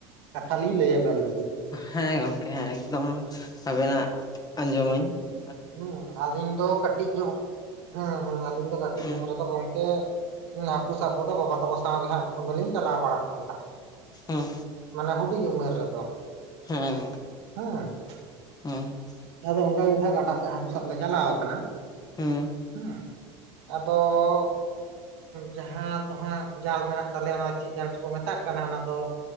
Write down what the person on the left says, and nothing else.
ᱦᱮᱸ ᱜᱚᱢᱠᱮ ᱦᱮᱸ ᱮᱠᱫᱚᱢ ᱟᱵᱮᱱᱟᱜ ᱟᱸᱡᱚᱢᱟᱹᱧ ᱾
ᱦᱩᱸ
ᱦᱩᱸ
ᱦᱮᱸᱜ ᱾
ᱦᱩᱸ ᱪᱤᱭᱳᱜ ᱾
ᱦᱩᱸ